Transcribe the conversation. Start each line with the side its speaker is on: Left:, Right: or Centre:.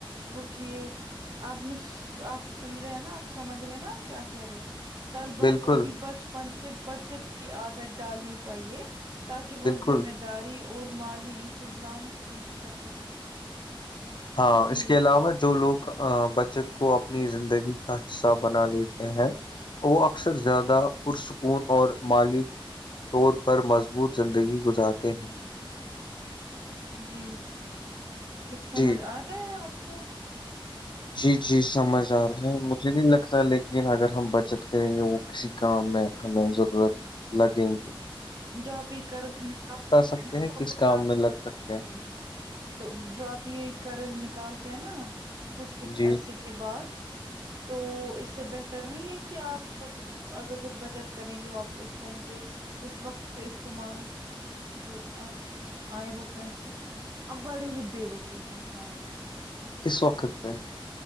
Right: رکیے آپ ن آپ سن رہے ہیں نا آپ سمجھ رہے نا آپ کیا کہہ رہے ہیں طلبا
Left: بالکل
Right: کو بھی بچپن سے بچت کی عادت ڈالنی چاہیے تاکہ وہ
Left: بالکل
Right: ذمہ داری اور مالی انتظام سیکھ سکے
Left: ہاں
Right: جی
Left: اس کے علاوہ جو لوگ بچت کو اپنی زندگی کا حصہ بنا لیتے ہیں وہ اکثر زیادہ پرسکون اور مالی طور پر مضبوط زندگی گزارتے ہیں
Right: جی کچھ سمجھ
Left: جی
Right: آ رہا ہے آپ کو
Left: جی جی سمجھ آ رہے ہیں مجھے نہیں لگتا لیکن اگر ہم بچت کریں گے وہ کسی کام میں ہمیں ضرورت لگیں گی
Right: جو اپ <unintelligible>
Left: سکتے ہیں کس کام میں لگ سکتے ہیں
Right: تو جو آپ یہ قرض نکالتے ہیں نا کچھ کچھ
Left: جی
Right: عرصے کے کے بعد تو اس سے بہتر نہیں ہے کہ آپ اگر کچھ بچت کریں گے وہ آپ اس ٹائم پہ اس وقت پہ استعمال ل ا آئے وہ پیسے اب بڑے ہی بے وقوف انسان ہیں
Left: کس وقت پہ